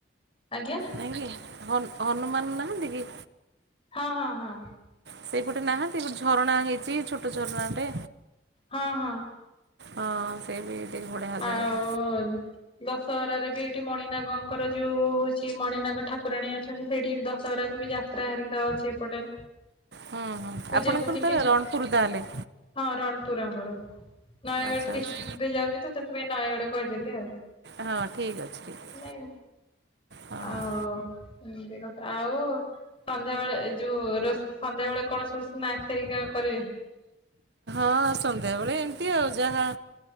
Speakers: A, on the left; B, on the right.
A: ଆଜ୍ଞା
B: ନାଇଁ କି? ହନୁମାନ ନାହାଁନ୍ତି କି?
A: ହଁ ହଁ ହଁ।
B: ସେଇପଟେ ନାହାନ୍ତି ଗୋଟେ ଝରଣା ହେଇଛି ଛୋଟ ଝରଣାଟେ।
A: ହଁ ହଁ।
B: ହଁ ସେଇ ବି। ଦେଖ ବଢ଼ିଆ ଜାଗାଟା।
A: ଆଉ ଦଶହରାରେ ବି ଏଇଠି ମଣିନାଗଙ୍କର ଯୋଉ ହଉଛି ମଣିନାଗ ଠାକୁରାଣୀ ଅଛନ୍ତି ସେଇଠି ଦଶହରା କୁ ବି ଯାତ୍ରା ହେରିକା ହଉଛି ଏପଟେ
B: ହଁ ହଁ
A: ପୂଜା
B: ଆପଣଙ୍କର
A: ପୂଜି ଟି
B: ତାହଲେ ରଣପୁର ତାହେଲେ।
A: ହଁ ରଣପୁର ଆମର ନୟାଗଡ଼
B: ଆଚ୍ଛା
A: ଡିଷ୍ଟ୍ରିକ୍ଟରେ
B: ଆଚ୍ଛା।
A: ଯାଉଛି ତ ସେଥିପାଇଁ ନୟାଗଡ କହିଦେଲି ଆଉ।
B: ହଁ ଠିକ୍ ଅଛି ଠିକ୍ ଅଛି।
A: ନାଇଁ
B: ହଁ।
A: ଆଉ ଏମିତି କଥା ଆଉ ସନ୍ଧ୍ୟାବେେଳେ ଏ ଯୋଉ ରୋଷ ସନ୍ଧ୍ୟା ବେଳେ କଣ ସବୁ ସ୍ନାକସ ହେରିକା କରିବେ?
B: ହଁ ସନ୍ଧ୍ୟାବେଳେ ଏମିତି ଆଉ ଯାହା